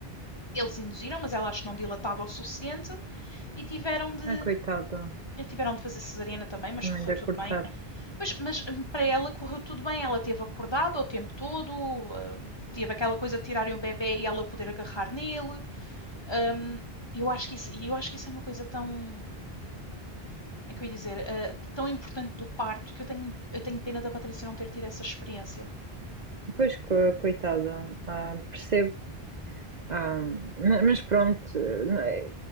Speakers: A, on the left; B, on the right.
A: Eles induziram, mas ela acho que não dilatava o suficiente e tiveram de.
B: Ah, coitada,
A: Tiveram de fazer cesariana também, mas
B: também
A: correu
B: da
A: tudo
B: cortar.
A: bem. Mas, mas hum, para ela correu tudo bem, ela teve acordada o tempo todo, Uh, teve aquela coisa de tirarem o bebê e ela poder agarrar nele. Um, eu acho que isso, eu acho que isso é uma coisa tão, como é que eu ia dizer, uh, tão importante do parto que eu tenho, eu tenho pena da Patrícia não ter tido essa experiência.
B: Pois, co- coitada, ah, percebo. Ah, ma- mas pronto, eh, não é-